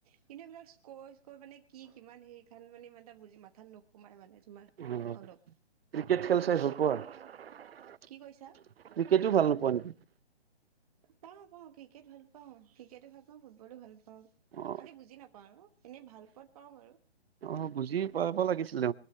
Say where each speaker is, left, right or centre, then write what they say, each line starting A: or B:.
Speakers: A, on the right; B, on the right.
A: কিন্তু সেইবিলাক কৈ কৈ মানে কি কিমান সেই খান মানে মান এটা বুজি মাথাত নোসোমাই মানে তোমাৰ
B: ক্ৰিকেট
A: অলপ
B: খেল চাই ভাল পোৱা আৰু
A: কি কৈছা
B: ক্ৰিকেটোও ভাল নোপোৱা নেকি
A: পাওঁ পাওঁ ক্ৰিকেট ভাল পাওঁ ক্ৰিকেটো ভাল পাওঁ ফুটবলো ভাল পাওঁ
B: অ
A: খালি বুজি নাপাওঁ ন এনেই ভাল পথ পাওঁ বাৰু
B: অ বুজি পাব লাগিছিলে